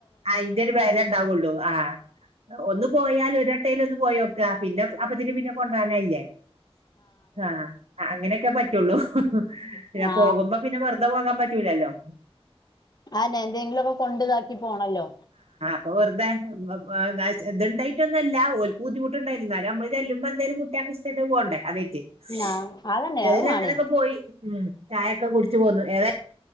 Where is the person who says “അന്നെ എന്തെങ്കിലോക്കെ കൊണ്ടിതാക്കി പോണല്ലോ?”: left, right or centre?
Left